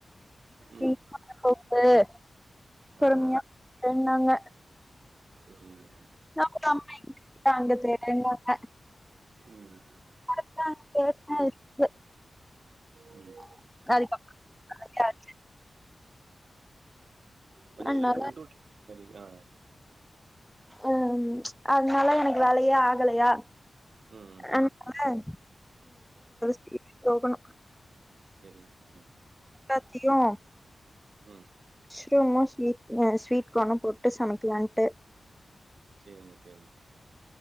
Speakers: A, in the centre; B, on the right (about 70°).
A: <unintelligible>
B: ம் ஆ
A: பொறும்யா
B: ஆ
A: ன்னாங்க
B: செரிங்க
A: நா கூப்டா அம்மா இங்கே தேடு அங்க தேடுன்வாங்க
B: ம்
A: <unintelligible>
B: ம்
A: <unintelligible>
B: கொஞ்ச
A: அதனால
B: லைட்டா வுட்டு வுட்டு கேக்ற மாரி ஆ
A: ம் அதனால எனக்கு வேலையே ஆகலையா
B: ம் ம்
A: அதனால <unintelligible> போகணும்
B: சேரி உடுங்க
A: எல்லாத்தியு
B: ம்.
A: மஷ்ரூமு ஸ்வீட் ஸ்வீட் கானு போட்டு சமைக்கலான்ட்டு
B: செரிங்க செரி